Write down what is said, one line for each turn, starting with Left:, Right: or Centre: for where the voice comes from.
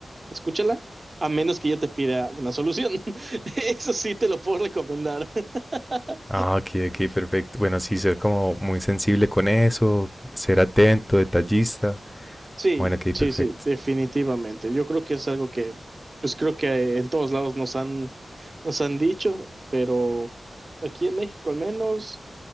Right: escúchala, a menos que yo te pida una solución. <laughs> Eso sí te lo puedo recomendar. <laughs>
Centre: Ah, ok, ok, perfecto. Bueno, sí, ser como muy sensible con eso, ser atento, detallista.
Right: Sí,
Centre: Bueno, ok,
Right: sí,
Centre: perfecto.
Right: sí, definitivamente. Yo creo que es algo que, pues creo que en todos lados nos han, nos han dicho, pero aquí en México al menos,